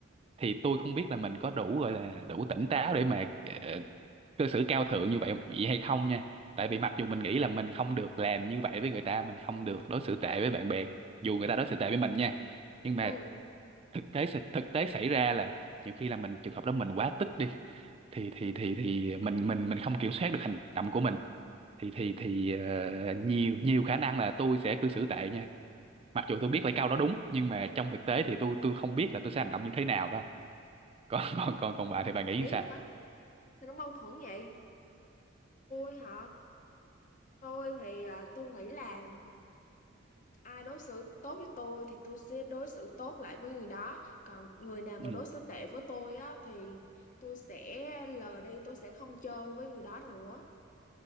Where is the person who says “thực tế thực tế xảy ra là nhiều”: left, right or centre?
Right